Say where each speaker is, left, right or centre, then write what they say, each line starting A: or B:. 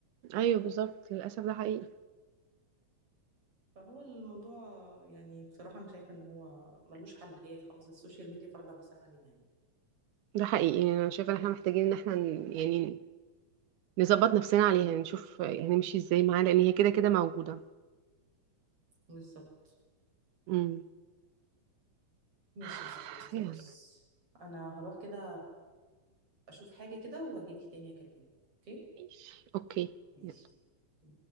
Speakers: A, on the right (about 80°); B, on the right (about 45°).
A: ايوه بالظبط للاسف ده حقيقي
B: فهو الموضوع يعني بصراحه انا شايفه ان هو ملوش حل هي خلاص السوشيال ميديا فرض نفسها علينا يعني
A: ده حقيقي يعني انا شايفه ان احنا محتاجين ان احنا ن- يعني نظبط نفسنا عليها نشوف يعني هنمشي ازاي معاها لان هي كده كده موجوده
B: بالظبط
A: امم
B: ماشي
A: <sighs>
B: يا صاحبتي خلاص
A: يلا
B: انا هروح كده اشوف حاجه كده واجيلك تاني اكلمك اوكي
A: ماشي اوكي
B: ماشي
A: يلا.
B: و...